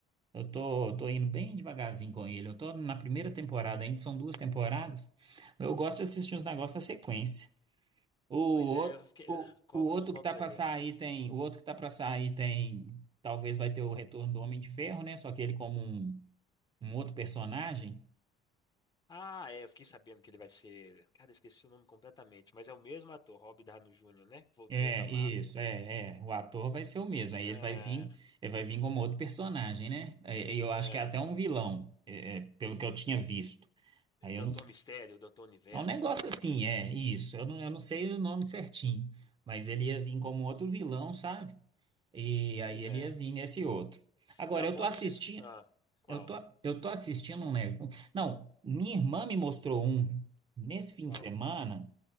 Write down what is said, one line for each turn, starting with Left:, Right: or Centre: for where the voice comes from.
Right: Eu tô, tô indo bem devagarzinho com ele. Eu tô na primeira temporada ainda, são duas temporadas. Eu gosto de assistir uns negócios na sequência. O outro,
Left: Pois é, eu fiquei.
Right: o,
Left: eh, Qual,
Right: o outro
Left: qual
Right: que tá
Left: que você
Right: pra
Left: viu?
Right: sair tem, o outro que tá pra sair tem, talvez vai ter o retorno do Homem de Ferro, né? Só que ele como um, um outro personagem.
Left: Ah, é, eu fiquei sabendo que ele vai ser. Cara, eu esqueci o nome completamente, mas é o mesmo ator, Robert Downey Jr., né? Que voltou
Right: É,
Left: pra Marvel.
Right: isso, é, é. O ator vai ser o mesmo. Aí
Left: É,
Right: ele vai vir, ele vai vir como outro personagem, né? É, E- Eu acho
Left: é.
Right: que é até um vilão, é, é, pelo que eu tinha visto. Aí
Left: Doutor
Right: eu não, s-
Left: Mistério, Doutor Universo,
Right: é um negócio
Left: negócio.
Right: assim, é isso. Eu não, eu não sei o nome certinho, mas ele ia vir como outro vilão, sabe? E aí
Left: Pois
Right: ele
Left: é.
Right: ia vir nesse outro. Agora
Left: Eu aposto
Right: eu tô assistindo
Left: que vocês. Ah, qual?
Right: Eu tô, eu tô assistindo um negócio. Não, minha irmã me mostrou um, nesse fim
Left: Qual?
Right: de semana,